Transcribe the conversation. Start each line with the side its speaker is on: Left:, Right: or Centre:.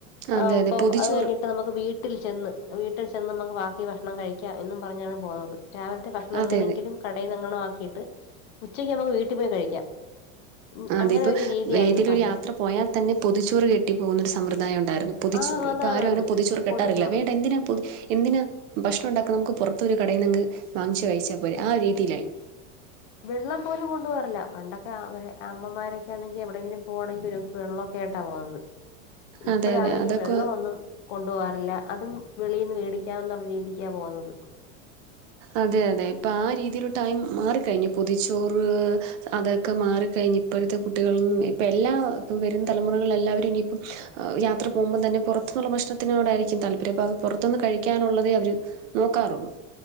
Right: അതെ
Left: ആഹ് ഇപ്പൊ
Right: അതെ പൊതിച്ചോറ്
Left: അത് കഴിഞ്ഞിട്ട് നമുക്ക് വീട്ടിൽ ചെന്ന് വീട്ടിൽ ചെന്ന് നമുക്ക് ബാക്കി ഭക്ഷണം കഴിക്കാം എന്നും പറഞ്ഞാണ് പോകുന്നത് രാവിലത്തെ ഭ ഭക്ഷണം
Right: അതെ
Left: എങ്ങനെങ്കിലും
Right: അതെ
Left: കടയിനെങ്ങാണോ ആക്കിയിട്ട് ഉച്ചക്ക് നമ്മുക്ക് വീട്ടിൽ പോയി കഴിക്കാം ഉം
Right: ആ
Left: അങ്ങനെ
Right: അതെ ഇപ്പ
Left: ഒരു രീതിയായിരുന്നു
Right: ഏതിലൊരു
Left: പണ്ട്
Right: യാത്ര പോയാൽ തന്നെ പൊതിച്ചോറ് കെട്ടി പോകുന്നൊരു സമ്പ്രദായം ഉണ്ടായിരുന്നു പൊതിച്ചോറ്
Left: ആഹ് അതാണന്ന്
Right: ഇപ്പൊ ആരും അങ്ങനെ പൊതിചോർ കെട്ടാറില്ല
Left: പൊതിച്ചോറ്
Right: വേണ്ട എന്തിനാ എന്തിനാ ഭക്ഷണം ഉണ്ടാക്കൻ നമുക്ക് പുറത്തൊരു കടയിൽ നിന്നങ് വാങ്ങിച്ച് കഴിച്ചാൽ പോരെ ആ രീതിയിലായി
Left: വെള്ളം പോലും കൊണ്ടു പോകാറില്ല പണ്ടൊക്കെ അവ അമ്മമാരൊക്കാണെങ്കിൽ എവിടെങ്കിലും പോവാണെങ്കിൽ ഒരു വെള്ളംെ കുപ്പിയേട്ടാ പോവുന്നത് ഇപ്പഴാണെങ്കി
Right: അതെ അതെ അതൊക്കെ
Left: വെള്ളമൊന്നും കൊണ്ടു പോകാറില്ല അതും വെളിൽനിന്ന് മേടിക്കാമേന്നുള്ള രീതിക്കാ പോകുന്നത്
Right: അതെ അതെ ഇപ്പം ആ രീതിയിലോട്ടായി മാറിക്കഴിഞ്ഞു പൊതിച്ചോറ് അതൊക്കെ മാറിക്കഴിഞ്ഞ് ഇപ്പോഴത്തെ കുട്ടികള നിന്നും ഇപ്പ എല്ലാ ഇപ്പ വരും തലമുറകളിൽ എല്ലാവരും ഇനി യാത്ര പോകുമ്പോൾ തന്നെ പുറത്തനിന്നുള്ള ഭക്ഷണത്തിനോടായിരിക്കും താല്പര്യം അപ്പൊ അത് പുറത്തുനിന്ന് കഴിക്കാനുള്ളതേ അവര് നോക്കാറുള്ളൂ